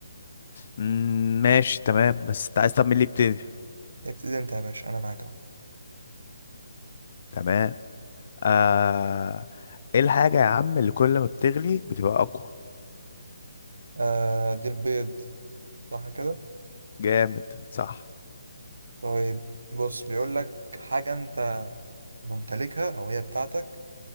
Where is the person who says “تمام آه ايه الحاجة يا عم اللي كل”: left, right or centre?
Left